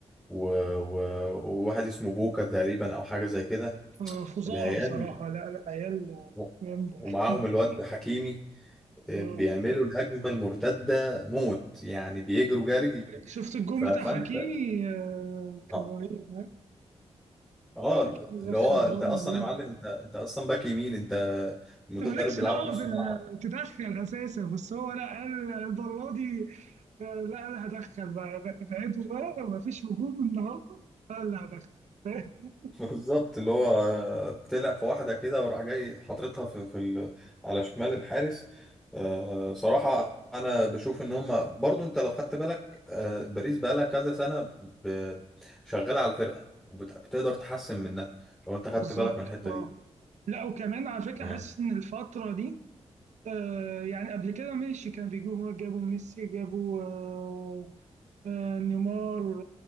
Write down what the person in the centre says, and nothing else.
و... و... وواحد اسمه بوكا تقريبا او حاجة زي كده
العيال
آه،
ومعاهم الواد حكيمي آه،
بيعملوا الهجمة المرتدة موت يعني بيجروا جري
ف... فانت
اه
آه،
اللي
هو
انت اصلا
يا معلم انت انت اصلا باك يمين انت مدرب
بيلعبك
نص
ملعب
بالظبط اللي هو طلع في واحدة كده وراح جاي حاططها في, في ال... على شمال الحارس آه صراحة أنا بشوف إن هما برضو أنت لو خدت بالك آه باريس بقالها كذا سنة ب... شغالة على الفرقة وبتقدر تحسن منها لو أنت خدت
بالك من الحتة
دي
يعني